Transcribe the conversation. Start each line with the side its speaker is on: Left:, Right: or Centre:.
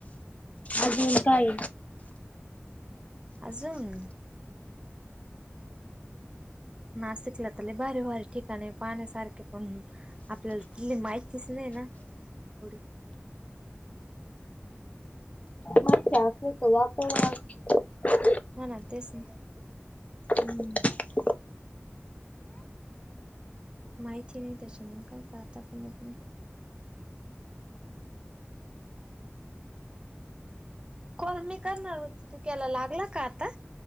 Left: अजून काय?
Right: अजून नाशिकला तले भारी भारी ठिकाणे पाण्या सारखे पण आपल्याला ती माहिती खिसले ना थोडी <inaudible>
Left: <unintelligible>
Right: हो ना तेच ना.
Left: हम्म.
Right: माहिती नाही त्याच्यामुळं काय जाता पण येत नाही. कॉल मी करणार होती तू केला लागला का आता?